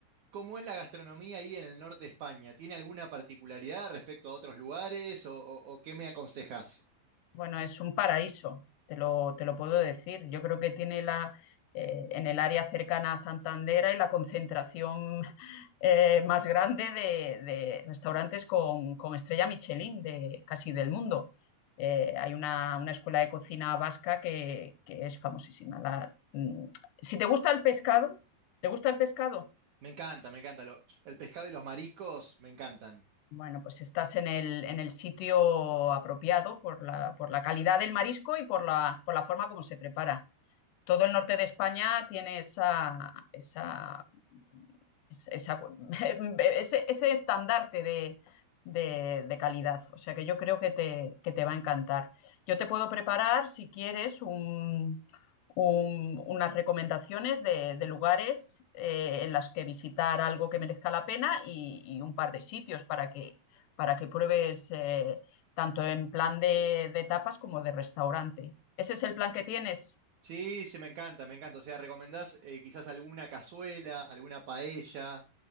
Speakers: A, on the right (about 70°); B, on the left (about 80°).
A: ¿Cómo es la gastronomía ahí en el norte de España? ¿Tiene alguna particularidad respecto a otros lugares o, o- o qué me aconsejas?
B: Bueno, es un paraíso, te lo, te lo puedo decir. Yo creo que tiene la, eh, en el área cercana a Santander hay la concentración <laughs> eh, más grande de, de restaurantes con, con estrella Michelin de casi del mundo. Eh, hay una, una escuela de cocina vasca que, que es famosísima. La- mm, si te gusta el pescado, ¿te gusta el pescado?
A: Me encanta, me encanta. lo- el pescado y los mariscos me encantan.
B: Bueno, pues estás en el, en el sitio apropiado por la, por la calidad del marisco y por la, por la forma como se prepara. todo el norte de España tiene esa, esa, esa- <laughs> ese, ese estandarte de, de- de calidad. O sea que yo creo que te, que te va a encantar. Yo te puedo preparar, si quieres, un- un- unas recomendaciones de, de lugares eh, en las que visitar algo que merezca la pena y, y un par de sitios para que, para que pruebes eh, tanto en plan de, de tapas como de restaurante. ¿Ese es el plan que tienes?
A: Sí, sí, me encanta, me encanta. O sea, ¿recomendás eh, quizás alguna cazuela, alguna paella?